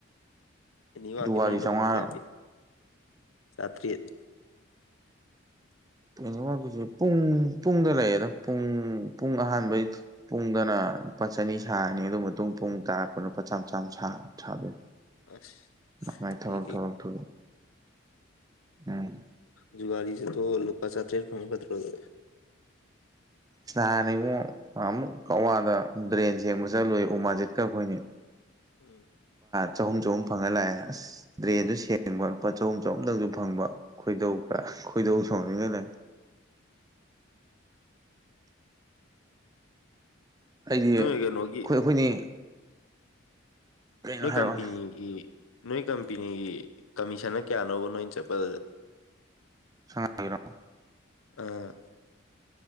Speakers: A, on the left; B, on the right.
A: ꯑꯦꯅꯤ ꯋꯥꯛꯀꯤꯅ
B: ꯖꯨꯋꯥꯔꯤ
A: ꯅꯣꯡꯃꯗ
B: ꯆꯥꯝꯃꯉꯥ
A: ꯀꯌꯥ ꯄꯤ ꯆꯥꯇꯔꯦꯠ
B: ꯀꯩꯅꯣꯁ ꯄꯨꯡ ꯄꯨꯡꯗ ꯂꯩꯌꯦꯗ ꯄꯨꯡ ꯄꯨꯡ ꯑꯍꯥꯟꯕꯩ ꯄꯨꯡꯗꯅ ꯂꯨꯄꯥ ꯆꯅꯤ ꯁꯥꯔꯅꯤ ꯑꯗꯨ ꯃꯇꯨꯡ ꯄꯨꯡ ꯇꯥꯔꯛꯄꯗꯅꯄꯥ ꯆꯥꯝ ꯆꯥꯝ ꯁꯥꯗꯣꯏ
A: ꯑꯁ
B: ꯃꯥꯏ
A: <unintelligible>
B: ꯃꯥꯏ ꯊꯕꯛ ꯊꯕꯛ ꯊꯨꯕ ꯎꯝ
A: ꯖꯨꯒꯥꯔꯤ ꯆꯠꯊꯣꯛꯑꯒ ꯂꯨꯄꯥ ꯆꯥꯇ꯭ꯔꯦꯠ ꯐꯪꯒꯗ꯭ꯔꯣꯗꯦ
B: ꯅꯍꯥꯟꯅꯤ ꯏꯉꯛ ꯑꯃꯨꯛ ꯀꯛꯋꯥꯗ ꯗ꯭ꯔꯦꯟ ꯁꯦꯡꯕ ꯆꯠꯂꯨꯏ ꯎꯃꯖꯤꯠꯀ ꯑꯩꯈꯣꯏꯅꯤ
A: ꯎꯝ
B: ꯆꯍꯨꯝ ꯆꯍꯨꯝ ꯐꯪꯉ ꯂꯥꯛꯑꯦ ꯑꯁ ꯇ꯭ꯔꯦꯁꯨ ꯁꯦꯡꯕ ꯂꯨꯄꯥ ꯆꯍꯨꯝ ꯆꯍꯨꯝꯗꯪꯁꯨ ꯐꯪꯕ ꯈꯣꯏꯗꯧ ꯈ ꯈꯣꯏꯗꯧ ꯁꯣꯡꯅꯤꯡꯉꯥꯏ ꯂ ꯑꯩꯗꯤ
A: ꯅꯣꯏ ꯀꯩꯅꯣꯒꯤ
B: ꯈꯣꯏ ꯑꯩꯈꯣꯏꯅꯤ ꯀꯩꯅꯣ
A: ꯅꯣꯏ
B: ꯍꯥꯏꯔꯛꯑꯣ
A: ꯀꯝꯄꯅꯤꯒꯤ ꯅꯣꯏ ꯀꯝꯄꯅꯤꯒꯤ ꯀꯃꯤꯁꯟꯅ ꯀꯌꯥꯅꯣꯕ ꯅꯣꯏ ꯆꯠꯄꯗ
B: ꯁꯉꯥꯏꯒꯤꯔꯣ
A: ꯑꯥ